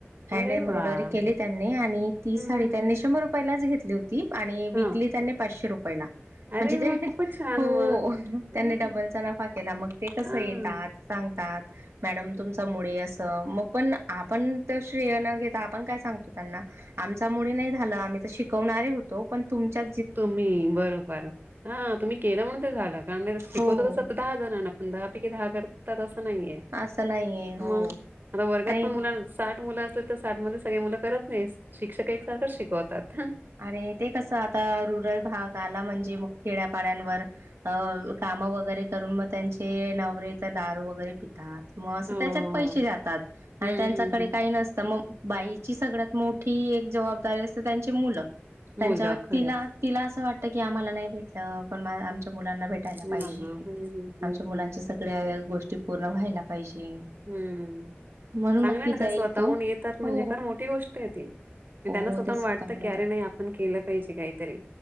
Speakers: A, on the right (about 85°); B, on the right (about 50°).
A: हँड
B: अरे
A: एम्ब्रॉयडरी
B: वाह!
A: केली त्यांनी आणि ती
B: हं,
A: साडी
B: हं,
A: त्यांनी
B: हं.
A: शंभर रुपयालाच घेतली होती. आणि वीकली
B: हां.
A: त्यांनी पाचशे रुपय ला. म्हणजे
B: अरे वाह!
A: ते
B: खूपच छान
A: हो
B: मग.
A: त्यांनी
B: हं.
A: डबलचा नफा केला मग ते कसं
B: हां.
A: येत. सांगतात. मॅडम तुमचा मुळे असं मग पण आपण तर श्रेय न घेता आपण काय सांगतो त्यांना. आमच्यामुळे नाही झालं, आम्ही तर शिकवणारे होतो. पण तुमच्या
B: तुम्ही, बरोबर हां तुम्ही केलं म्हणून ते झालं, कारण मी ज शिकतच
A: हो हो
B: सतत दहा जणांना पण दहा पैकी दहा करतात आसं नाहीये.
A: असं नाहीये हो
B: म, आता वर्गात
A: आणि
B: पण मुल साठ मुलं असल तर साठ मध्ये सगळी मुलं करत नाही. शिक्षक एकसारखच शिकवतात.
A: आरे ते कसं आता रुरल भाग आला म्हणजे मग खेड्यापाड्यांवर अ काम वगैरे करून म त्यांचे नवरे तर दारू वगैरे पि तात म स
B: हो, हो.
A: त्याच्यात पैसे जातात. आणि
B: हं,
A: त्यांच्याकडे
B: हं, हं.
A: काही नसतं म बाईची सगळ्यात मोठी एक जवाबदारी असते त्यांची मुलं, त्यांच्यावर
B: मुलं खरंच.
A: तिला तिला असं वाटतं की, आम्हाला नाही भेटलं पण मा आमच्या मुलांना भेट टायला
B: मुलांना.
A: पाहिजे,
B: हं, हं,
A: आमच्या
B: हं,
A: मुलांच्या
B: हं.
A: सगळ्या गोष्टी पूर्ण व्हायला पाहिजे.
B: हम्म,
A: म्हणून
B: चांगलं
A: मग तिचा
B: आय ना त्या
A: एक
B: स्वतःहून
A: तो
B: येतात
A: हो
B: म्हणजे फार मोठी गोष्ट आहे ती. म
A: हो
B: त्यांना स्वतःहून
A: तेच
B: वाटतं, की
A: येतात
B: अरे नाही आपण केलं पाहिजे काहीतरी.